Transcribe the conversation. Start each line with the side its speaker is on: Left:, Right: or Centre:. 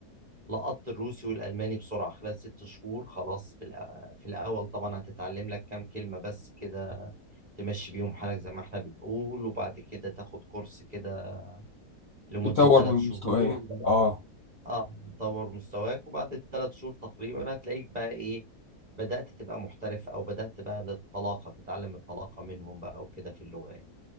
Right: لقطت الروسي والألماني بسرعة خلال ست شهور خلاص في الأ- في الأول طبعا هتتعلم لك كام كلمة بس كده تمشي بيهم حالك زي ما احنا بنقول وبعد كده تاخد كورس كده لمدة
Left: يطور
Right: ثلاث
Left: من
Right: شهور
Left: مستواه اه
Right: اه تطور مستواك وبعد الثلاث شهور تقريبا هتلاقيك بقى ايه بدأت تبقى محترف او بدأت بقى للطلاقة تتعلم الطلاقة منهم بقى وكده في اللغة يعني